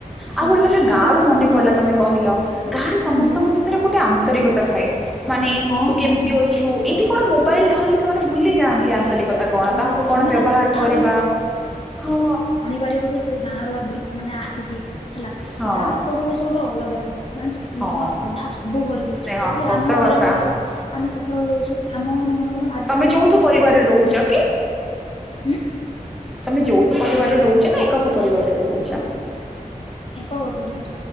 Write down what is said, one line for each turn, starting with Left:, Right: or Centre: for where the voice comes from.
Left: ହଁ
Centre: ଆଉ ଗୋଟେ କଥା
Left: ମାନେ
Centre: ଗାଁରୁ ମନେ ପଡ଼ିଲା ତୁମେ କହିଲ ଗାଁରେ ସମସ୍ତଙ୍କ
Left: ହୁଁ
Centre: ଭିତରେ ଗୋଟେ ଆନ୍ତରିକତା ଥାଏ ମାନେ
Left: ହଁ
Centre: ତୁ
Left: ହଁ
Centre: କେମିତି
Left: ହଁ
Centre: ଅଛୁ
Left: ସେଇଟା ସତ
Centre: ଏଇଠି
Left: କଥା
Centre: କଣ ମୋବାଇଲ
Left: ତମେ
Centre: ଧଲେ ସେମାନେ ଭୁଲି ଯାଆନ୍ତି ଆନ୍ତରିକତା କଣ
Left: ତମେ
Centre: କାହାକୁ କଣ
Left: ତମେ
Centre: ବ୍ୟବହାର
Left: ନା କଥାରୁ
Centre: କରିବା ହଁ
Left: ପାର ଯେ ସେ ଗାଁ ର ମାନେ ଆସିଛି ହେଲା
Centre: ହଁ
Left: ଗାଁ ପରିବେଶ ଗୋଟେ ଅଲଗା ହିଁ ଜାଣିଛ ସ୍ନେହ
Centre: ହଁ
Left: ଶ୍ରଦ୍ଧା ସବୁ ଭରିଗାଉଛି
Centre: ସ୍ନେହ
Left: ଏବେ
Centre: ସତ
Left: ଆମ ଘରେ
Centre: କଥା
Left: ମନକର ଆମେ ସହରରେ ରହୁଛୁ ଆମ ଘର ମାନଙ୍କର
Centre: ତୁମେ ଯୌଥ ପରିବାରରେ ରହୁଛ କି?
Left: ହୁଁ?
Centre: ତମେ ଯୌଥ ପରିବାରରେ ରହୁଛ ନା ଏକକ ପରିବାରରେ ରହୁଛ?
Left: ଏକବ ପରିବାର